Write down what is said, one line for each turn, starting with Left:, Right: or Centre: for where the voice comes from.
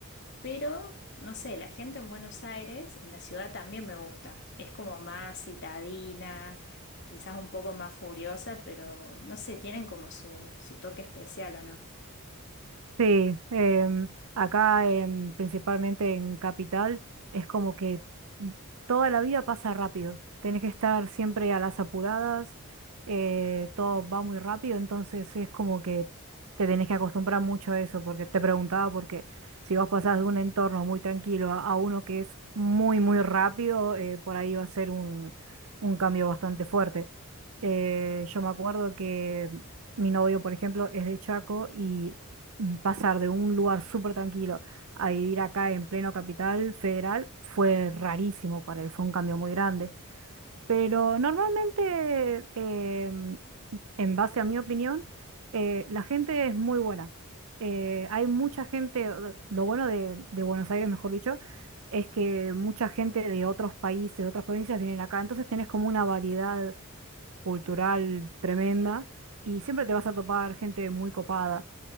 Left: pero no sé, la gente en Buenos Aires, en la ciudad también me gusta, es como más citadina, quizás un poco más furiosa, pero no sé, tienen como su, su toque especial, ¿o no?
Right: Sí, em, acá em, principalmente en Capital es como que toda la vida pasa rápido. Tenés que estar siempre a las apuradas, eh, todo va muy rápido, entonces es como que te tenés que acostumbrar mucho a eso, porque te preguntaba porque si vos pasás de un entorno muy tranquilo a, a uno que es muy, muy rápido, eh, por ahí va a ser un, un cambio bastante fuerte. Eh, yo me acuerdo que mi novio, por ejemplo, es de Chaco y pasar de un lugar súper tranquilo a vivir acá en pleno capital federal fue rarísimo para él, fue un cambio muy grande. Pero normalmente, eh, en base a mi opinión, eh, la gente es muy buena. Eh, hay mucha gente, lo bueno de, de Buenos Aires, mejor dicho, es que mucha gente de otros países, de otras provincias vienen acá, entonces tenés como una variedad cultural tremenda y siempre te vas a topar gente muy copada.